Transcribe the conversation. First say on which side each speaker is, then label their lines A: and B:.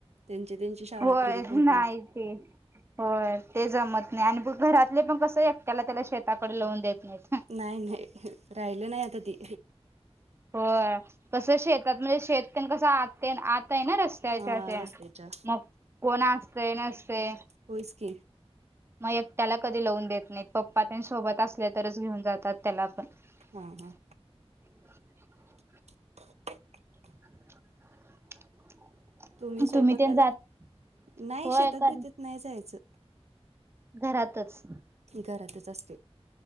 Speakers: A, on the right; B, on the right.
A: त्यांचे त्यांची शाळा
B: होय
A: ती कंप्लीट
B: नाही ते होय ते जमत नाही आणि बघ घरातले पण कसं एकट्याला त्याला शेताकडे लावून देत नाहीत.
A: नाही नाही राहिलं नाही आता ती.
B: होय कसं शेतात म्हणजे शेत कसं आत तेन आत आहे ना रस्त त्याच्यात
A: हा
B: ते
A: रस्त्याच्या
B: मग कोण असतय नसतय.
A: होयच की.
B: मग एकट्याला कधी लावून देत नाहीत पप्पा तेन सोबत असलं तरच घेऊन जातात त्याला पण.
A: हां हां.
B: <inaudible>
A: <inaudible>
B: <inaudible>
A: तुम्ही स्वयंपाकाला
B: तेन जात
A: नाही
B: होय
A: शेतात
B: कर
A: देतेत नाही जायचं
B: घरातच
A: घरातच असते